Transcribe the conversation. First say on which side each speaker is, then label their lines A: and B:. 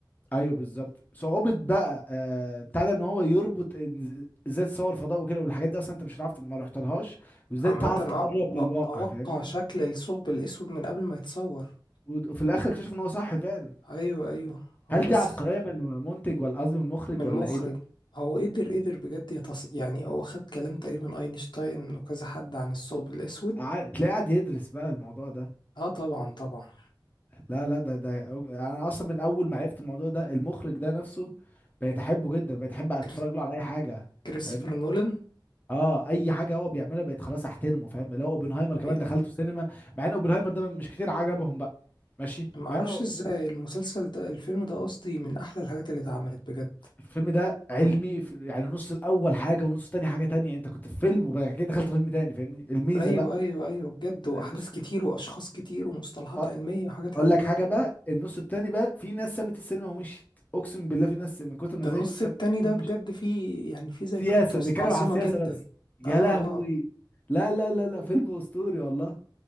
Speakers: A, on the left (about 20°); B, on the left (about 70°).
A: ايوه بالظبط صعوبة بقى آه بتاع ده ان هو يربط إن- ازاي تصور فضاء وكده والحاجات دي اصلا انت مش هتعرف ما رحتلهاش وازاي
B: عامة
A: تعرف
B: اه
A: تقرب
B: آه،
A: للواقع
B: اتوقع
A: فاهمني
B: شكل الثقب الاسود من قبل ما يتصور
A: وت- وفي الاخر اكتشف ان هو صح فعلا
B: ايوه ايوه هو
A: هل
B: بس
A: دي عبقرية
B: خ-
A: من المنتج ولا قصدي من المخرج
B: من المخرج
A: ولا ايه ده
B: هو قدر قدر بجد يتص... يعني هو خد كلام تقريبا اينشتاين وكذا حد عن الثقب الاسود
A: قع- تلاقيه قاعد يدرس بقى الموضوع ده
B: اه طبعا طبعا
A: لا لا ده ده أو- انا اصلا من اول ما عرفت الموضوع ده المخرج ده نفسه بقيت احبه جدا بقيت احب اتفرج
B: كريس-
A: له على اي حاجة
B: كريستوفر
A: فاهمني
B: نولان
A: اه اي حاجه هو بيعملها بقت خلاص احترمه فاهم اللي هو اوبنهايمر كمان
B: أيوة.
A: دخلته سينما مع ان اوبنهايمر ده مش كتير عجبهم بقى ماشي
B: ما اعرفش
A: مع انه
B: ازاي المسلسل ده الفيلم ده قصدي من احلى الحاجات اللي اتعملت بجد
A: الفيلم ده علمي في- يعني النص الاول حاجه والنص التاني حاجه تانية انت كنت في فيلم وبعد كده دخلت فيلم تاني فاهمني الميزه
B: ايوه
A: بقى
B: ايوه ايوه بجد واحداث
A: يعني النص
B: كتير واشخاص كتير ومصطلحات
A: أ-
B: علميه وحاجات
A: اقول
B: علميه
A: لك حاجه بقى النص التاني بقى في ناس سابت السينما ومشيت اقسم بالله في ناس من كتر
B: ده
A: ما زهقت
B: النص
A: سابت
B: التاني
A: السينما
B: ده بجد
A: ومشيت
B: فيه يعني فيه زي
A: سياسه
B: بلوت تويست
A: بيتكلم
B: عظيمه
A: على السياسه
B: جدا
A: بس يا
B: اه اه
A: لهوي
B: آه.
A: لا لا لا لا فيلم اسطوري والله